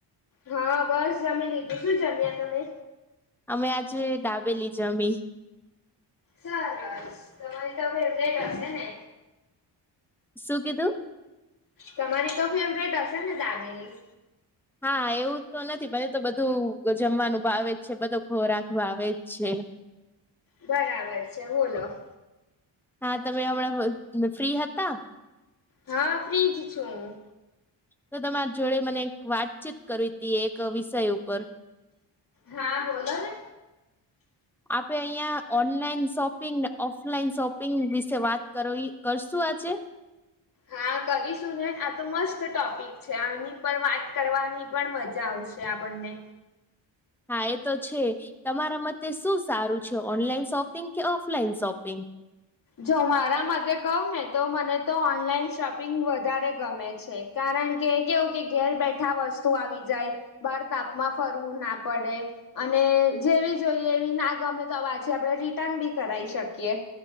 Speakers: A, on the left; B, in the centre.
A: હ બસ જમી લીધું, શું જમ્યા તમે?
B: અમે આજે ડાબેલી જમી.
A: સરસ તમારી તો એવજ કર હશે ને.
B: શું કીધું?
A: તમારી તો ફેવરિટ હશે ને દાબેલી?
B: હા એવું તો નથી મને તો બધું જમવાનું ભાવે જ છે બધો ખોરાક ભાવેે જ છે.
A: બરાબર છે, બોલો.
B: હા તમે હમણાં ફ્રી હતા.
A: હા ફ્રીજ છું હું.
B: તો તમારા જોડે મને વાતચીત કરવી હતી એક વિષય ઉપર
A: હા બોલો ને
B: આપે અહિયાં ઓનલાઈન શોપિંગને ઓફલાઈન શોપિંગ વિશે વાત કર કરશું આજે
A: હા કરીશું ને આ તો મસ્ત ટોપિક છે આની પર વાત કરવાની. પણ મજા આવશે આપણને
B: હા એ તો છે. તમારા મતે શું સારું છે ઓનલાઈન શોપિંગ કે ઓફલાઈન શોપિંગ.
A: જો મારા મ કહું ને તો મને તો ઓનલાઈન શોપિંગ વધારે ગમે છે. કારણ કે કેવું કે ઘેર બેઠા વસ્તુ આવી જાય. બહાર તાપમાં ફરવું ના પડે. અને જેવી જોઈએ એવી ના ગમે તો વાછી આપણે રિટર્ન બી કરાવી શકીએ.